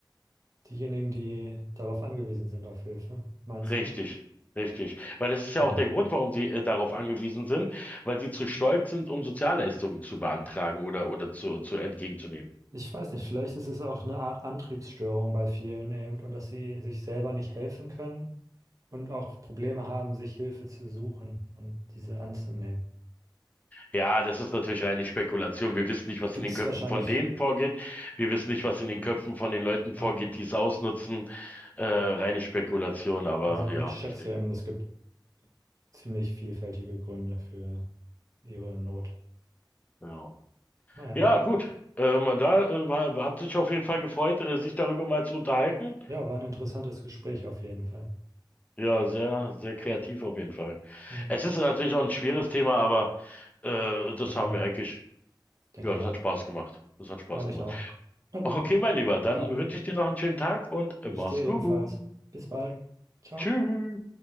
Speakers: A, on the right; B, on the left.
A: Diejenigen, die darauf angewiesen sind, auf Hilfe, meinst
B: Richtig,
A: du?
B: richtig. Weil das ist ja
A: Hm.
B: auch der Grund, warum sie äh, darauf angewiesen sind, weil sie zu stolz sind, um Sozialleistungen zu beantragen oder, oder zu, zu entgegenzunehmen.
A: Ich weiß nicht, vielleicht ist es auch eine Art Antriebsstörung bei vielen eben und dass sie sich selber nicht helfen können und auch Probleme haben, sich Hilfe zu suchen und diese anzunehmen.
B: Ja, das ist natürlich reine Spekulation. Wir wissen nicht, was
A: Gibt
B: in den
A: es
B: Köpfen
A: wahrscheinlich,
B: von denen vorgeht. Wir wissen nicht, was in den Köpfen von den Leuten vorgeht,
A: ja.
B: die es ausnutzen. Äh, reine Spekulation, aber
A: Also
B: ja,
A: ich schätze
B: ich denke,
A: eben, es gibt ziemlich vielfältige Gründe für ihre Not.
B: ja.
A: Naja.
B: Ja, gut. Ähm, da äh, war, hat sich auf jeden Fall gefreut, äh, sich darüber mal zu unterhalten.
A: Ja, war ein interessantes Gespräch auf jeden Fall.
B: Ja, sehr, sehr kreativ auf jeden Fall.
A: Mhm.
B: Es ist natürlich auch ein schweres Thema, aber äh,
A: Total,
B: das haben wir eigentlich,
A: denke
B: ja, das
A: auch.
B: hat Spaß gemacht. Das hat Spaß
A: Meine
B: gemacht.
A: ich auch. Na gut,
B: Okay, mein Lieber, dann
A: dann
B: wünsche ich dir noch einen schönen Tag und
A: ich
B: mach's
A: dir ebenfalls.
B: gut.
A: Bis bald. Ciao.
B: Tschüss.